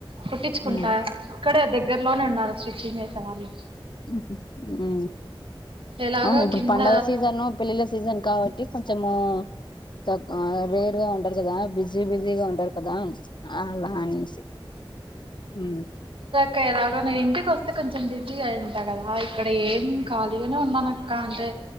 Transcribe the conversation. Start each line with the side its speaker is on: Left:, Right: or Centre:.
Right: కుట్టించుకుంటా
Left: ఉమ్
Right: ఇక్కడే దగ్గ దగ్గర్లోనే ఉన్నారు స్టిచ్చింగ్ చేసే వాళ్ళు
Left: ఊహు
Right: ఎలాగో
Left: అవును ఇప్పుడు
Right: కింద
Left: పండుగ సీజను పెళ్లిల్ల సీజన్ కాబట్టి కొంచము త రేట్ బిజీగా ఉంటారు కదా బిజీ బిజీగా ఉంటారు కదా అలా అనేసి ఊ
Right: ఇంకా ఎలాగనో ఇంటికి వస్తే కొంచెం బిజీగా అయి ఉంటా కదా ఇక్కడ ఏం ఖాళీగానే ఉన్నాను అక్క అంటే